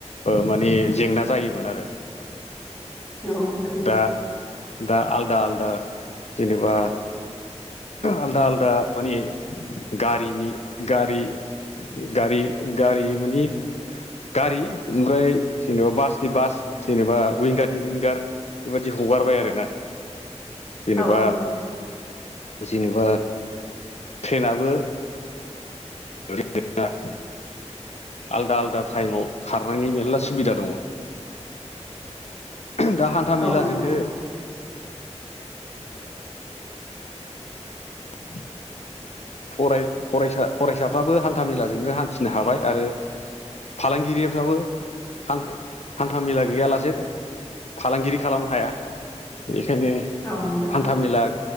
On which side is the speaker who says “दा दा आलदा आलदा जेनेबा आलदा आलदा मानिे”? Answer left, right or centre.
Left